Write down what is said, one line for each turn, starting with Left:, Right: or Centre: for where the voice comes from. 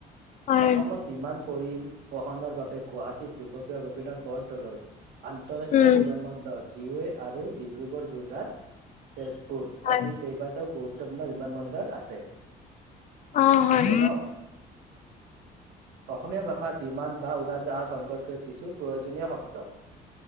Left: হয়,
Right: অসমত বিমান পৰিবহনৰ বাবে গুৱাহাটীত লোকপ্ৰিয় গোপীনাথ বৰদলৈ আন্তঃৰাষ্ট্ৰীয়
Left: উম,
Right: বিমান বন্দৰ যিওৱে আৰু ডিব্ৰুগড় যোৰহাট তেজপুৰ
Left: হয়,
Right: আদি কেইবাটাও গুৰুত্বপূৰ্ণ বিমানবন্দৰ আছে
Left: অ', হয়,
Right: আছে ন অসমীয়া ভাষাত বিমান বা উৰাজ জাহাজ সম্পৰ্কে কিছু প্ৰয়োজনীয় শব্দ